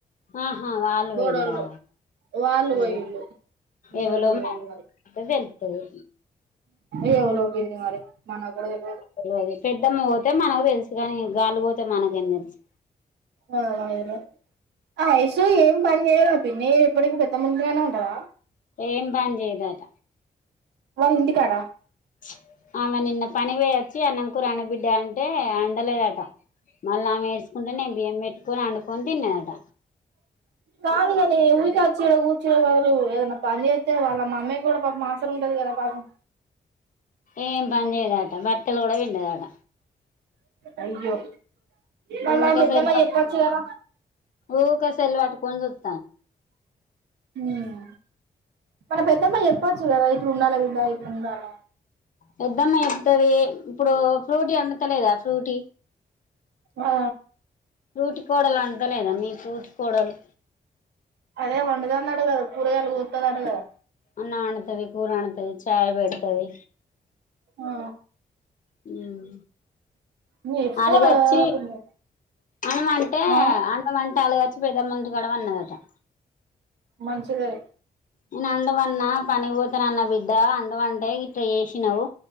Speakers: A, on the left (about 50°); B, on the right (about 85°).
A: ఆహా వాళ్లు
B: బోడోళ్ళు
A: వొయిల్లా
B: వాళ్ళు
A: ఉ
B: పోయిళ్ళు బోడోళ్ళు
A: ఎవలో <unintelligible>
B: పోయిళ్ళు మరి
A: తెలుత్తది
B: ఏవలో పిన్ని మరి మన కూడా తెలువది
A: అదే అదే పెద్దమ్మ పోతే మనకు తెలుసు కాని గాలు పోతే మనకేం తెలుసు
B: అ వయలు ఆ వయసు ఏ ఏం పని చేయవురా పిన్ని ఎప్పుడకి పెద్దమందిడిగానే ఉంటవా
A: ఏం పని చేయదట
B: వాళ్ళ ఇంటికాడా
A: ప్చ్ ఆమె నిన్న పనికి పోయివచ్చి అన్నం కూర వండు బిడ్డ అంటే వండలేదట మళ్ళ ఆమె ఏడ్చుకుంటూనే బియ్యం పెట్టుకొని వండుకొని తిన్నదట
B: కాదు కాని ఊరికే వచ్చి ఈడ కూర్చునే బదులు ఏదైనా పనిచేత్తే వాళ్ళ మమ్మయి కూడా పాపం అవసరం ఉంటది కదా పాపం
A: ఏం పని చేయదట బట్టలు కూడా పిండదట
B: అయ్యో వాళ్ళ
A: ఊకే
B: పెద్దమ్మ
A: సెల్
B: చెప్పొచ్చు కద
A: ఊకే సెల్ పట్టుకోని చూస్
B: హ్మ్ వాళ్ళ పెద్దమ్మా ఎప్పుడూ చూడద్ ఉండాల విద్య అటుండాల
A: పెద్దమ్మ వత్తది ఇప్పుడు ఫ్రూటీ వండుతలేదా ఫ్రూటీ
B: ఆ
A: ఊటి కోడలు అంతలేదా మీ తోటి కోడలు
B: అదే వండదు అన్నాడు గదా కూరగాయలు కోత్తదట గద
A: అన్నం వండుతది కూర వండుతది చాయ్ పెడతది
B: ఆ
A: హ్మ్
B: నువ్వు చెప్పుకోవాలి
A: అలాగ వచ్చి
B: కదా పిన్ని
A: అన్నం అంటే
B: ఆ
A: అన్నం అంటే అలాగచ్చి పెద మంది గడవన్నవుకదా
B: మంచిదే
A: నేను ఉండవన్నా పని పోతున అన్న బిడ్డా వండవంటే ఇట్లా చేసినావు